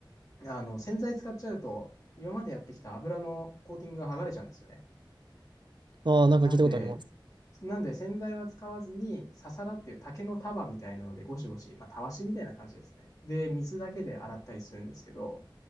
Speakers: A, on the left; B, on the right.
A: あの、洗剤使っちゃうと、今までやってきた油のコーティングが剥がれちゃうんですよね。
B: ああ、なんか聞いたことあります。
A: なんで、なんで洗剤は使わずに、ササラっていう竹の束みたいなのでゴシゴシ、まあ、たわしみたいな感じですね。で、水だけで洗ったりするんですけど、